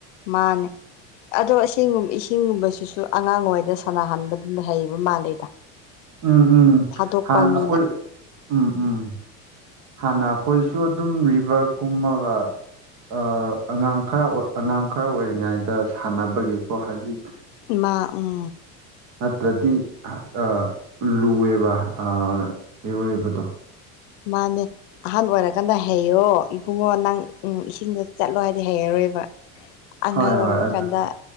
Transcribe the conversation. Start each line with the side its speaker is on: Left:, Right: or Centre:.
Left: ꯃꯥꯅꯦ ꯑꯗꯣ ꯏꯁꯤꯡ ꯏꯁꯤꯡꯒꯨꯝꯕꯁꯤ ꯁꯤꯁꯨ ꯑꯉꯥꯡ ꯑꯣꯏꯉꯩꯗ ꯁꯥꯟꯅꯍꯟꯕꯗꯨꯅ ꯍꯩꯕ ꯃꯥꯜꯂꯦꯗ
Right: ꯎꯝ ꯎꯝ
Left: ꯊꯥꯗꯣꯛꯄ
Right: ꯍꯥꯟꯅ
Left: ꯃꯤꯅ
Right: ꯑꯩꯈꯣꯏ ꯎꯝ ꯎꯝ ꯍꯥꯟꯅ ꯑꯩꯈꯣꯏꯁꯨ ꯑꯗꯨꯝ ꯔꯤꯚ꯭ꯔ ꯀꯨꯝꯃꯒ ꯑ ꯑꯉꯥꯡ ꯈꯔ ꯑꯉꯥꯡ ꯈꯔ ꯑꯣꯏꯔꯤꯉꯩꯗ ꯁꯥꯟꯅꯕꯒꯤꯀꯣ ꯍꯖꯤꯛ
Left: ꯃꯥ ꯎꯝ
Right: ꯅꯠꯇ꯭ꯔꯗꯤ ꯑ ꯂꯨꯑꯦꯕ ꯑ ꯏꯔꯣꯏꯕꯗꯣ
Left: ꯃꯥꯅꯦ ꯑꯍꯥꯟ ꯑꯣꯏꯔꯀꯥꯟꯗ ꯍꯩꯔꯣ ꯏꯕꯨꯡꯉꯣ ꯅꯪ ꯎꯝ ꯏꯁꯤꯡꯗ ꯆꯠꯂꯣ ꯍꯥꯏꯗꯤ ꯍꯩꯔꯔꯣꯏꯕ ꯑꯉꯥꯡ
Right: ꯍꯣꯏ
Left: ꯑꯣꯏꯕ
Right: ꯍꯣꯏ ꯑꯗꯨ
Left: ꯀꯥꯟꯗ